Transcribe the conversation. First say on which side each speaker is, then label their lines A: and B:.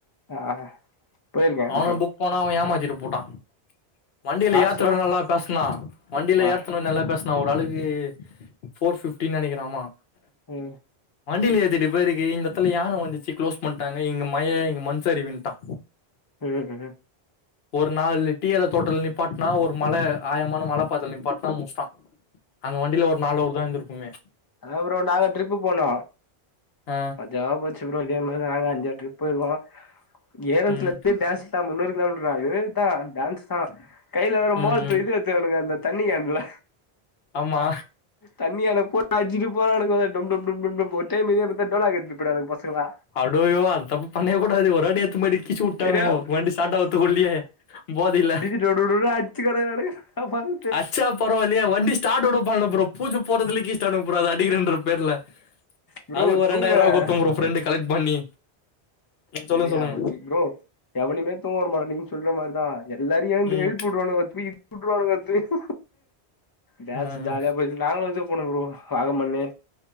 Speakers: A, on the left; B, on the left.
A: ஆ போயிருக்கேன்
B: அவன
A: ப்ரோ
B: புக் பண்ண அவன் ஏமாதிட்டுபுட்டா வண்டியில
A: காசுலாம்
B: ஏத்தனவ நல்லா பேஸ்னா வண்டியில
A: ஆ
B: ஏத்தனவ நல்லா பேஸ் னா ஒரு ஆளுக்கு ஃபோர் பிஃப்டின்னு நெனைக்கிற ஆமா
A: ம்
B: வண்டியில ஏத்திட்டு இப்பேருக்கு இந்த எடத்துல யான வந்துச்சு குளோஸ் பண்ணிட்டாங்க இங்க மழ மண்சரிவு இன்ட்டா
A: ஏது
B: ஒரு நாலு டீ எல தோட்டல நிப்பாட்னா ஒரு மழ ஆயமான மழ பாதைல நிப்பாட்னா முஸ்டா அந்த வண்டியில ஒரு நாளு உக்காந்துருப்போமே
A: அதா ப்ரோ நாங்க ட்ரிப் போன
B: ஆ
A: மஜாவா போச்சு ப்ரோ இதே மாரிதா நாங்க அஞ்சாறு ட்ரிப் போயிருக்கோ ஏறத்துல
B: ம்
A: இருந்து டான்ஸ் ந்தா முன்னூறு கிலோமீட்டரா ஏறுத்தா டான்ஸ்தா கைல வேற
B: ம்
A: மோல
B: ம்
A: இது எத்துணுங்க அந்த தண்ணி கேன்ல
B: ஆமா
A: தண்ணி கேன போட்னு அச்சினு போறானுங்கோ டும் டும் டும் டும் ஒட்டே மேரியே இந்த டோலாக்கு எத்துனு போய்ட்டாங்க பசங்களா
B: அடோயோ அது தப்ப பண்ணவே கூடாது ஒருவாட்டி எத்துன்னு போய்ட்டு கிழிச்சி உட்டாணுவோ
A: தெரியாம
B: வண்டி ஸ்டாட் ஆவதுகுள்ளயே போதைல
A: டு டு டு டுனு அட்ச்சினு கெடக்குறாங்க என்ன பண்
B: அச்சா பரவால இல்லையே வண்டி ஸ்டாட் கூட பண்ல ப்ரோ பூஜ போட்றதுலே கிழிஸ்டானுங்க ப்ரோ அடிக்கறன்ற பேர்ல
A: ப்ரோ
B: அது ஒரு
A: தூங்க
B: ரெண்டாயிருவா குத்த ப்ரோ ஃப்ரெண்டு கலெக்ட் பண்ணி ம்,
A: செரியா
B: சொல்லுங்க சொல்லுங்க
A: போச்சி ப்ரோ எவனயுமே தூங்க உட மாட்டே நீங் சொல்ற மாரிதா எல்லாரையு எழுந்து
B: ம்
A: எழுப் உடுவானுவ தூங் ழுப்பிட்வானுவ தூக் டான்ஸ்
B: ம்.
A: ஜாலியா போய்ட்டு நாங்களும் என்ஜாய் பண்னோ ப்ரோ வாங்க மண்ணு